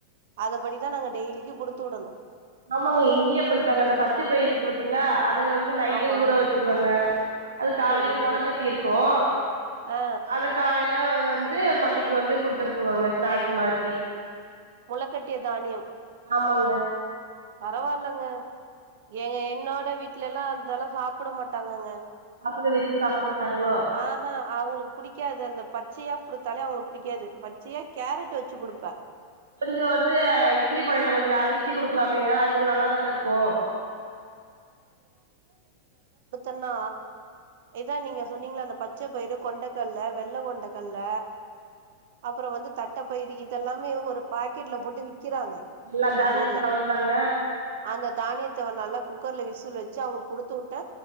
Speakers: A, on the right; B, on the right.
A: அத படிதான் நாங்க டெய்லிக்கும் குடுத்து விடணும்
B: ஆமாங்க இங்கேயே அப்படித்தாங்க அந்த பச்சை பயிறுருக்கு பார்த்தீங்களா அத வந்து நைட்டே
A: ஆமா
B: ஊற வச்சிருவாங்க அது காலையில
A: சேரி
B: மொள கட்டி இருக்கும்
A: ஆ
B: அது காலைய இல்ல வந்து பள்ளிக்கு வந்து குடுத்து அனுப்புவாங்க ஸ்நாக்ஸ் மாதிரி
A: முளைக்கட்டிய தானியம்
B: ஆமாங்க
A: பரவாயில்லங்க எங்க என்னோட வீட்ல எல்லாம் அதெல்லாம் சாப்பிட மாட்டாங்கங்க
B: பசங்க விரும்பி சாப்ட மாட்டாங்களோ
A: ஆ ஹாங் அவங்களுக்கு பிடிக்காது அந்த பத்து பச்சையா கொடுத்தாலே அவங்களுக்கு பிடிக்காது பச்சையா கேரட் வச்சு கொடுப்பேன்
B: கொஞ்சம் வந்து இட்லி பானையில கொஞ்சம் அவிச்சு குடுக்கலாமேங்க அது கொஞ்சம் நல்லாதானே இருக்கும்
A: சொன்னா இதா நீங்க சொன்னீங்களே அந்த பச்சை பய கொண்டைக்கல்ல வெள்ள கொண்டக்கல்ல அப்புறம் வந்து தட்டப்பயிரு இதெல்லாமே ஒரு பாக்கெட்ல போட்டு விக்கிறாங்க
B: எல்லா
A: நம்ம
B: தானியம்
A: ஊர்ல
B: கலந்தாங்க
A: அந்த தானியத்த நல்லா கு குக்கர்ல விசில் வச்சு அவங்களுக்கு குடுத்துவிட்ட